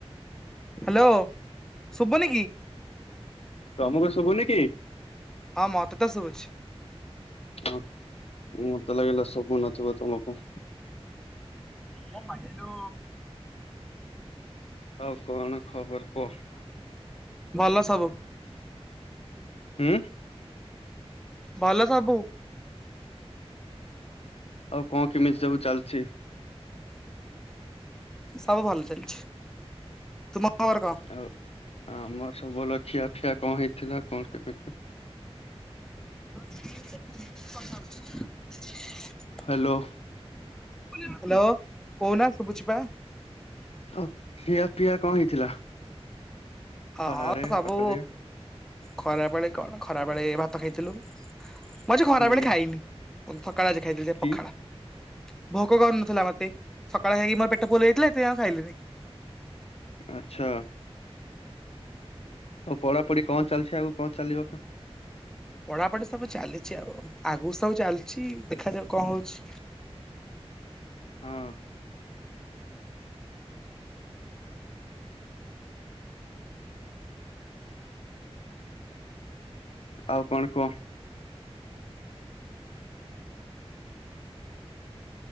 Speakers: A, in the centre; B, on the left (about 70°).
A: hello ଶୁଭୁନି କି?
B: ତମୁକୁ ଶୁଭୁନି କି?
A: ହଁ ମତେ ତ ଶୁଭୁଛି।
B: ହଁ, ମତେ ଲାଗିଲା ଶୁଭୁ ନଥିବ ତମକୁ।
A: ହଁ ମ ମଜନୁ
B: ଆଉ କଣ ଖବର କୁହ?
A: ଭଲ ସବୁ।
B: ଉଁ।
A: ଭଲ ସବୁ।
B: ଆଉ କଣ କେମିତି ସବୁ ଚାଲିଛି?
A: ସବୁ ଭଲ ଚାଲିଛି। ତୁମ ଖବର କଣ
B: ଆଉ ଆମର ସବୁ ଭଲ ଖିଆ ଫିଆ କଣ ହେଇଥିଲା କଣ କେ କଛ।
A: <unintelligible>
B: ହ୍ୟାଲୋ।
A: ହ୍ୟାଲୋ, କହୁନା ଶୁଭୁଛିି ପା।
B: ଆଉ ଖିଆ ପିଆ କଣ ହେଇଥିଲା?
A: ହଁ
B: ଖରାବେଳେ
A: ହଁ ସବୁ
B: ସକାଳେ
A: ଖରାବେଳେ କଣ? ଖରାବେଳେ ଭାତ ଖାଇଥିଲୁ ମୁଁ ଆଜି ଖରାବେେଳେ
B: ହୁଁ
A: ଖାଇନି। ସକାଳେ ଆଜି ଖାଇଥିଲି
B: କି
A: ପଖାଳ ଭୋକ କରୁ ନଥିଲା ମତେ। ସକାଳେ ଖାଇକି ମୋ ପେଟ ପୁଲ ହେଇଥିଲା ସେ ଏବେ ଆଉ ଖାଇଲିନି।
B: ଆଚ୍ଛା। ହଉ ପଢାପଢି କଣ ଚାଲିଛି ଆଗ କଣ ଚାଲିବ।
A: ପଢାପଢି ସବୁ ଚାଲିଛି ଆଉ ଆଗକୁ ସବୁ ଚାଲିଛି ଦେଖାଯାଉ କଣ ହଉଛି।
B: ହଁ। ଆଉ କଣ କୁହ?